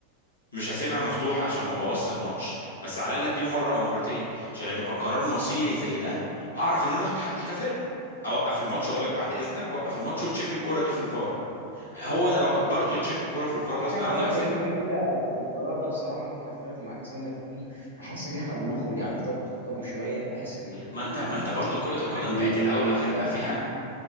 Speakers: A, on the left; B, on the right.
A: مش هسيبها مفتوحة عشان ما بوظش الماتش بس على الأقل اديله مرة أو مرتين عشان يبقى قرار مصيري زي ده أعرف إن أنا آخد حقي كفرقة أوقف الماتش أقول لك بعد إذنك وقف الماتش وتشيك الكرة دي في الفار هو أنا لو أجبرته يتشيك الكرة في الفار
B: انا
A: غصب عنه
B: شايف
A: يحسبها
B: ان احنا كده القرار ده بصراحه ممكن اختلف معاك سنه فيه احس ان احنا بنخرج عن اطار كره القدم شويه بحس ان
A: ما
B: ان
A: أنت ما أنت برضه كرة القدم
B: يعني
A: بقت الأول آخر
B: بصراحه
A: بقى فيها